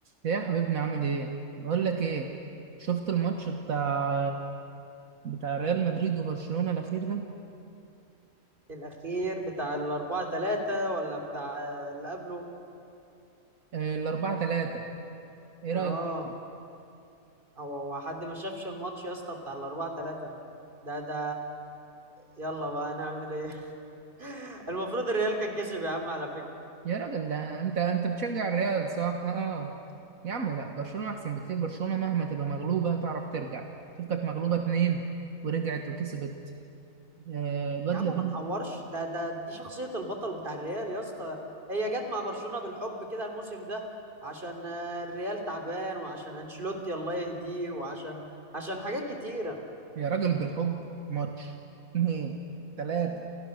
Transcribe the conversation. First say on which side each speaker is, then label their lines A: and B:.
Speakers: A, on the right; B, on the right.
A: ايه يا حبيبنا عامل ايه بقول لك ايه شفت الماتش بتاع بتاع ريال مدريد وبرشلونة الاخير ده
B: الأخير بتاع الأربعة تلاتة ولا بتاع اللي قبله
A: آه، الاربعة تلاتة ايه رأيك
B: اه هو هو حد ما شافش الماتش يا اسطى بتاع الأربعة تلاتة ده ده يلا بقى نعمل ايه <laughs> المفروض الريال كان كسب يا عم على فكرة
A: يا راجل لا انت انت بتشجع الريال صح اه آه. يا عم لا برشلونة احسن بكتير برشلونة مهما تبقى مغلوبة تعرف ترجع شوف كانت مغلوبة اتنين ورجعت وكسبت آه، الواد
B: يا عم
A: لامين
B: ما تحورش ده ده دي شخصية البطل بتاع الريال يا اسطى هي جت مع برشلونة بالحب كده الموسم ده عشان آه، الريال تعبان وعشان أنشيلوتي الله يهديه وعشان عشان حاجات كتيرة
A: يا راجل بالحب ماتش اتنين تلاتة